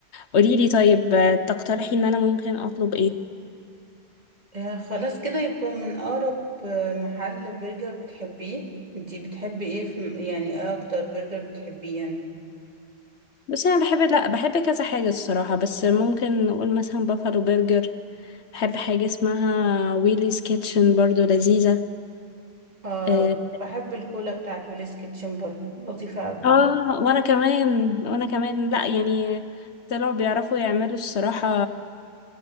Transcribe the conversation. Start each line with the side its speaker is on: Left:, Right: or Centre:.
Left: قوليلي طيب آه، تقترحي إن أنا ممكن أطلب إيه
Right: آه، خلاص كده يبقى من أقرب آه، محل برجر بتحبيه انتي بتحبي ايه في يعني ايه أكتر برجر بتحبيه يعني
Left: بس أنا بحب لا بحب كذا حاجة الصراحة بس ممكن نقول مثلا بافالو برجر بحب حاجة اسمها ويليز كيتشن برضو لذيذة
Right: اه
Left: آه،
Right: بحب الكولا بتاعت ويلز كيتشن برضو لطيفة أوي
Left: اه وانا كمان وانا كمان لا يعني طلعوا بيعرفوا يعملوا الصراحة